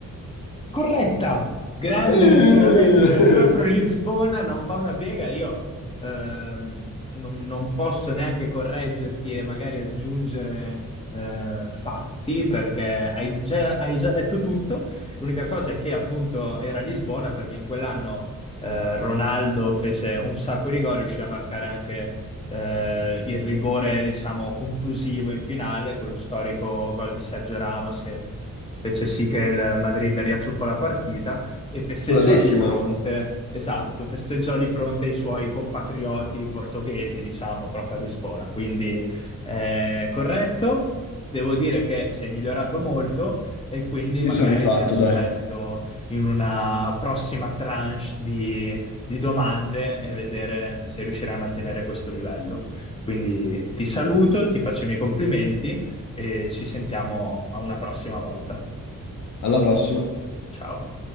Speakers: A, on the left; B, on the left.
A: Corretta, grande
B: Eh,
A: ragionamento, è proprio
B: <laughs>
A: Lisbona, non fa una piega, io ehm, non, non posso neanche correggerti e magari aggiungere eh, fatti perché hai già, hai già detto tutto, l'unica cosa è che appunto era Lisbona perché in quell'anno eh, Ronaldo fece un sacco di gol, riuscì a marcare anche eh, il rigore diciamo conclusivo in finale, quello storico gol di Sergio Ramos che fece sì che il Madrid riacciuffò la partita e festeggiò
B: Fu la decima.
A: di fronte, esatto, festeggiò di fronte ai suoi compatrioti portoghesi, diciamo, proprio a Lisbona. Quindi eh, corretto, devo dire che sei migliorato molto e quindi
B: Mi
A: magari
B: sono rifatto,
A: ti aspetto
B: dai.
A: in una prossima tranche di, di domande e vedere se riuscirai a mantenere questo livello. Quindi ti saluto, ti faccio i miei complimenti e ci sentiamo a una prossima volta.
B: Alla prossima.
A: Ciao.